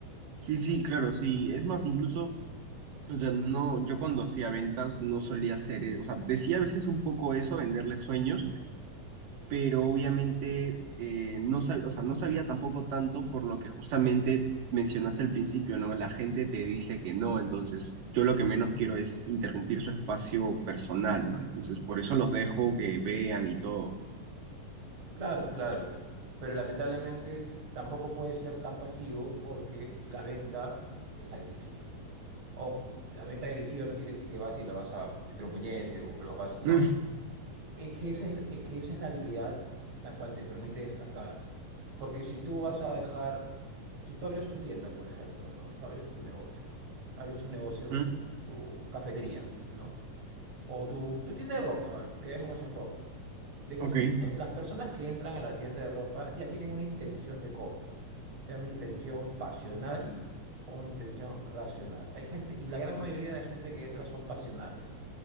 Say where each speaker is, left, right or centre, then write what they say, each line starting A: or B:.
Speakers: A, on the right; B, on the right.
A: Sí, sí, claro, sí. Es más, incluso, o sea, no, yo cuando hacía ventas no solía hacer, eh, o sea, decía a veces un poco eso, venderle sueños, pero obviamente eh, no sabía, o sea, no sabía tampoco tanto por lo que justamente mencionaste al principio, ¿no? La gente te dice que no, entonces yo lo que menos quiero es interrumpir su espacio personal, ¿no? Entonces, por eso los dejo que vean y todo.
B: Claro, claro. Pero lamentablemente tampoco puede ser tan pasivo porque la venta es agresiva. Ojo, la venta agresiva no quiere decir que vas y le vas a meter un puñete o los vas a... No.
A: <laughs>
B: Es que, esa es, es que esa es la habilidad la cual te permite destacar. Porque si tú vas a dejar, si tú abres tu tienda, por ejemplo, ¿no? Tú abres tu negocio, abres tu negocio,
A: Mm,
B: no sé, tu cafetería, ¿no? O tu, tu tienda de ropa, quedémonos en ropa. De por
A: Ok,
B: sí, to- las personas que entran a la tienda de ropa ya tienen una intención de compra, sea una intención pasional o una intención racional. Hay gente, y la gran mayoría de gente que entra son pasionales